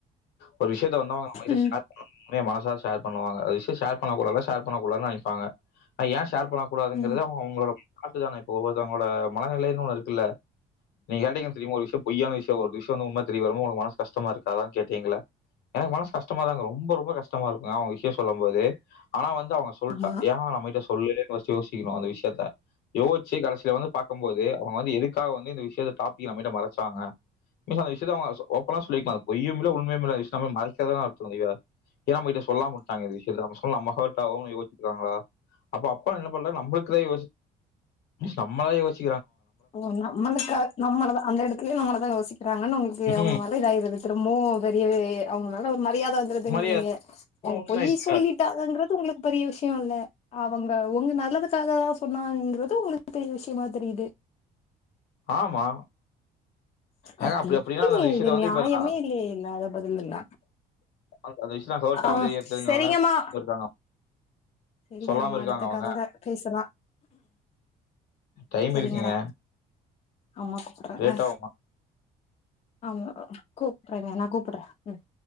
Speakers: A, on the left (about 75°); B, on the left (about 40°).
A: ஒரு விஷயத்த வந்து அவுங்க நம்மகிட்ட
B: ம்
A: ஷேர் பண்ணனு உண்மையா மனசார ஷேர் பண்ணுவாங்க ஒரு விஷய ஷேர் பண்ணக்கூடாதுனா ஷேர் பண்ணக்க கூடாதுனு நினைப்பாங்க அனா ஏ ஷேர் பண்ணக்க கூடாதுங்கறது
B: ம்
A: அவுங்க அவுங்களோட கரெட்டு தானே இப்போ ஒவ்வருத்தவுங்களோட மனநிலைன்னு ஒண்ணு இருக்குல்ல நீங்க கேட்டீங்க தெரியுமா ஒரு விஷய பொய்யான விஷயோ ஒரு விஷயோ உண்மை தெரிய வரும்போது உங்களுக்கு மனசு கஷ்டமா இருக்காதானு கேட்டீங்கல்ல எனக்கு மனசு கஷ்டமா தாங்க ரொம்ப ரொம்ப கஷ்டமா இருக்குங்க அவுங்க விஷய சொல்லும் போது ஆனா வந் து அவுங்க சொல்ட்டா
B: ஆமா
A: ஏனா நம்மகிட்ட சொல்லலேன்னு ஃபஸ்ட்டு யோசிக்கணு அந்த விஷயத்த யோச்சு கடைசில வந்து பாக்கும் போது அவுங்க வந்து எதுக்காக வந்து இந்த விஷயத்த டாபிக்க நம்மகிட்ட மற ச்சாங்க இப்ப அந்த விஷயத்த அவுங்க ஓப்பனா சொல்லிருக்கலா பொய்யும் இல்ல உண்மையும் இல்ல விஷயத்த நம்ம மறைச்சதுதா ஏ நம்மகிட்ட சொல்லாம உட்டாங்க இந்த விஷயத்த நம்ம சொல்ல நம்ம ஹர்ட்டாவோன்னு யோசிச்சாங்களா அப்ப அப்பா என்ன பண்றாரு நம்மளுக்குதா யோசி நம்மதா யோசி
B: ஓ நம்மளுக்கா நம்ம அந்த இடத்த இப்பையு நம்மளதா யோசிக்கிறாங்கன்னு உங்களுக்கு அவங்க
A: ம்
B: மேல இதாயிடுது திரும்பவு தெரியவே அவுங்க மேல ஒரு மரியாதை வந்துருதுங்கிறிங்க
A: மரியாதை அப்புறம்
B: அவுங்க
A: உண்மை
B: பொய்
A: இப்ப
B: சொல்லிட்டாங்கங்றது உங்களுக்கு பெரிய விஷயோ இல்ல அவங்க உங்க நல்லதுக்காகதா சொன்னாங்கறது உங்களுக்கு பெரிய விஷயமா தெரியுது
A: ஆமா ஏங்க
B: அது
A: அப்படி
B: எப்டிங்க
A: அப்படின்னா அந்த விஷயத்த
B: இது
A: வந்து
B: நியாயமே
A: இப்ப நான்
B: இல்லையே இல்லாத பதிலில்ல
A: அந்த அந்த விஷயம் ஹர்ட்
B: ஆ
A: ஆகுது தெரிஞ்சனாலதான்
B: செரிங்கம்மா
A: இருக்காங்க
B: செரிங்க
A: சொல்லாம
B: நம்ம
A: இருக்காங்க
B: அடுத்த
A: அவங்க
B: கால்ல பேசலா
A: டைம்
B: செரிங்களா
A: இருக்குங்க
B: அம்மா கூப்பிட்றாக
A: லேட் ஆகும்
B: ஆமா கூப்புறேங்க நா கூப்புட்றே ம்